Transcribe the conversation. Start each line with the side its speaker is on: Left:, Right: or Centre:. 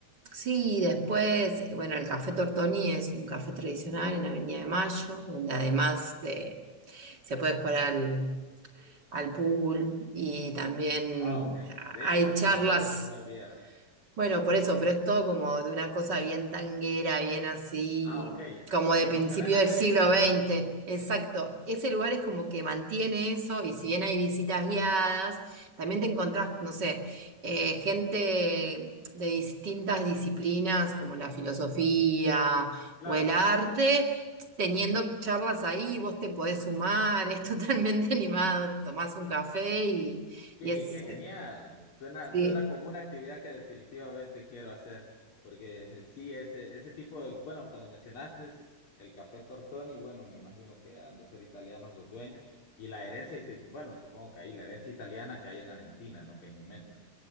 Right: sí, después, bueno, el Café Tortoni es un café tradicional en Avenida de Mayo, donde además de, se puede jugar al, al pool y también
Left: Ah, ok. De
Right: hay
Left: hecho, me gusta,
Right: charlas
Left: me gusta jugar billar.
Right: bueno, por eso, pero es todo como de una cosa bien tanguera, bien así,
Left: Ah, ok.
Right: como de
Left: Como
Right: principio
Left: se ve en las
Right: del
Left: películas.
Right: siglo XX.
Left: <laughs>
Right: Exacto. Ese lugar es
Left: Ujú.
Right: como que mantiene eso, y si bien hay visitas guiadas, también te encontrás, no sé, eh, gente de distintas disciplinas como la filosofía
Left: Claro,
Right: o el
Left: claro.
Right: arte, teniendo charlas ahí, vos te podés sumar, es <laughs> totalmente animado, tomás un café
Left: Eh,
Right: y,
Left: Qué,
Right: y es,
Left: qué genial.
Right: es-
Left: Suena,
Right: sí.
Left: suena como una actividad que definitivamente quiero hacer, porque sí, ese, ese tipo de, bueno, cuando mencionaste el café Tortoni, bueno, me imagino que han de ser italianos los dueños, y la herencia, ite- bueno, supongo que ahí la herencia italiana que hay en Argentina, ¿no? Que es inmensa.